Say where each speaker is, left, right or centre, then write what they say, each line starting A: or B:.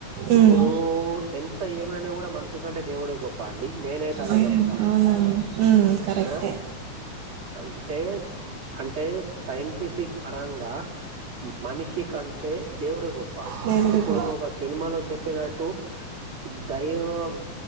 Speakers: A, on the right (about 75°); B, on the right (about 40°).
A: ఉమ్,
B: ఇప్పుడు ఎంత ఏమైనా కూడా మనిషి కంటే దేవుడే గొప్ప అండి నేనైతే అదే
A: అవును,
B: నమ్ముతా
A: అవునండి ఉమ్ కరెక్ట్
B: ఆ
A: ఏ
B: అంటే అంటే సైంటిఫిక్ పరంగా మనిషి కంటే దేవుడే గొప్ప
A: దేవుడి
B: ఇప్పుడు
A: గొప్ప
B: ఒక సినిమాలో చెప్పినట్టు దైవం